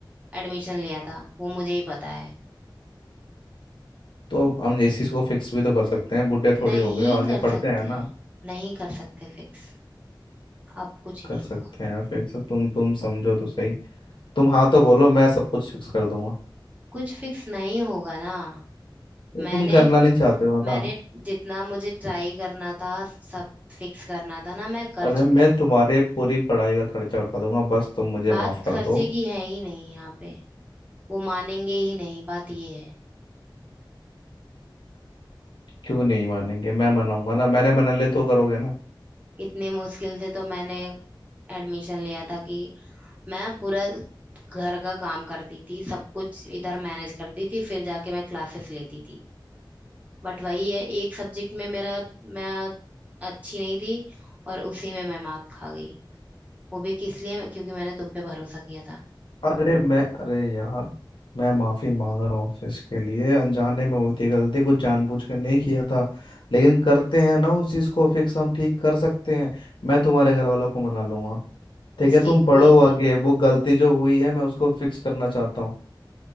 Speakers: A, on the right; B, on the left.
A: एडमिशन लिया था वो मुझे ही पता है
B: तो हम इस चीज़ को फिक्स भी तो कर सकते हैं बूढ़े थोड़ी
A: नहीं
B: हो गए हो, आगे
A: कर
B: पढ़ते
A: सकते
B: हैं ना
A: हैं नहीं कर सकते फिक्स अब कुछ
B: कर
A: नहीं होगा
B: सकते हैं फिक्स तुम तुम समझो तो सही तुम हाँ तो बोलो मैं सब कुछ फिक्स कर दूंगा
A: कुछ फिक्स नहीं होगा ना
B: तो
A: मैंने
B: तुम करना नहीं चाहते हो
A: मैंने
B: ना
A: जितना मुझे ट्राई करना था सब फिक्स करना था ना मैं कर
B: अरे
A: चुकी
B: मैं
A: हूँ
B: तुम्हारे पूरी पढ़ाई का खर्चा उठा दूंगा बस तुम मुझे
A: बात
B: माफ
A: खर्चे
B: कर दो
A: की है ही नहीं यहाँ पे वो मानेंगे ही नहीं बात ये है
B: क्यों नहीं मानेंगे मैं मनाऊंगा ना मैंने मना ले तो करोगे ना
A: इतने मुश्किल से तो मैंने एडमिशन लिया था कि मैं पूरा घर का काम करती थी सब कुछ इधर मैनेज करती थी फिर जाके मैं क्लासेस लेती थी बट वही है एक सब्जेक्ट में मेरा मैं अच्छी नहीं थी और उसी में मैं मात खा गई वो भी किस लिए क्योंकि मैंने तुम पे भरोसा किया था
B: अरे मैं अरे यार मैं माफी मांग रहा हूँ आपसे इसके लिए अनजाने में हुई थी गलती कुछ जानबूझ के नहीं किया था लेकिन करते हैं ना उस चीज को फिक्स हम ठीक कर सकते हैं मैं तुम्हारे घर वालों को मना लूंगा ठीक
A: उसकी
B: है तुम
A: कोई
B: पढ़ो
A: जरूरत
B: आगे वो गलती जो हुई है मैं उसको फिक्स करना चाहता हूँ